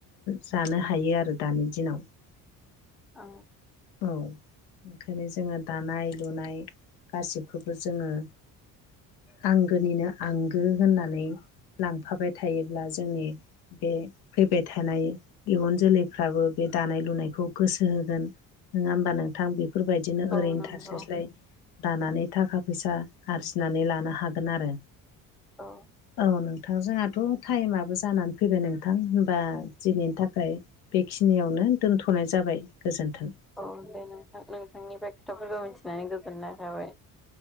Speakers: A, on the left (about 75°); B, in the centre.
A: जानो हायो आरो दानि दिनाव
B: आ
A: औ ओंखायनो जोंङो दानाय लुनाय गासिबखौबो जोंङो आंगोनिनो आंगो होननानै लांफाबाय थायोब्ला जोंनि बे फैबाय थानाय इयुन जोलैफ्राबो बे दानाय लुनायखौ गोसो होगोन नंङा होमबा नोंथां बेफोरबायदि बिदिनो
B: औ
A: ओरैनो
B: नंगौ
A: थास्लायस्लाय दानानै थाखा फैसा आरजिनानै लानो हागोन आरो
B: औ
A: औ नों नोंथांजोंहाथ' टाइमाबबो जानानै फैबाय नोंथां होनबा दिनैनि थाखाय ओमफ्राय बेखिनियावनो दोनथ'नाय जाबाय गोजोन्थों।
B: औ दे नोंथां नोंथांनिफ्राय खोथाफोरखौ मिथिनानै गोजोननाय थाबाय।